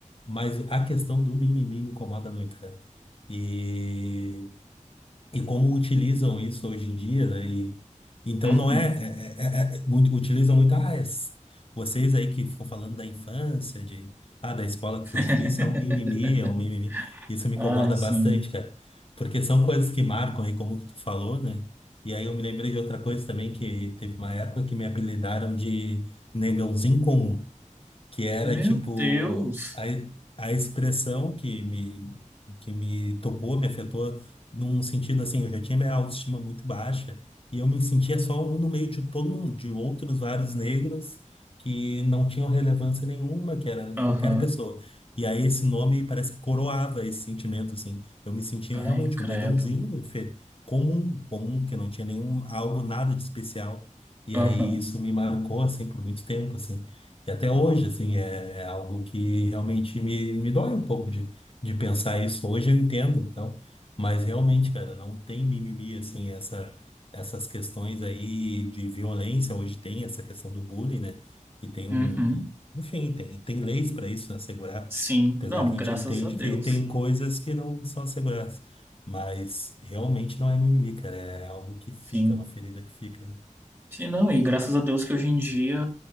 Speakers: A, on the left; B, on the right.
A: Mas a questão do mimimi me incomoda muito, cara. E e como utilizam isso hoje em dia, né? E, então
B: Uhum.
A: não é, é- é- é- é, muito- utilizam muito, ah, es- vocês aí que ficam falando da infância, de ah, da escola
B: <laughs>
A: que foi difícil, é um mimimi, é um mimimi. Isso me incomoda
B: Ai, sim.
A: bastante, cara. Porque são coisas que marcam aí, como que tu falou, né? E aí eu me lembrei de outra coisa também, que teve uma época que me apelidaram de negãozinho comum que era
B: Meu
A: tipo
B: Deus.
A: a, a expressão que me, que me tocou, me afetou num sentido assim, eu já tinha minha autoestima muito baixa e eu me sentia só um no meio de todo mundo, de outros vários negros que não tinham relevância nenhuma, que era
B: Aham.
A: qualquer pessoa. E aí esse nome parece que coroava esse sentimento, assim. Eu me sentia
B: Ai,
A: realmente
B: credo.
A: um negãozinho, infe- comum, comum, que não tinha nenhum algo, nada de especial. E
B: Aham.
A: aí isso me marcou, assim, por muito tempo, assim. E até hoje, assim, é, é algo que realmente me, me dói um pouco de, de pensar isso. Hoje eu entendo, então, mas realmente, cara, não tem mimimi, assim, essa, essas questões aí de violência. Hoje tem essa questão do bullying, né? E tem
B: Uhum.
A: um, enfim, tem, tem leis para isso, né? Assegurar,
B: Sim.
A: apesar
B: Não,
A: que a
B: graças
A: gente entende
B: a Deus.
A: que tem coisas que não são asseguradas. Mas realmente não é mimimi, cara. É algo que fica,
B: Sim.
A: uma ferida que fica.
B: Sim, não, e graças a Deus que hoje em dia,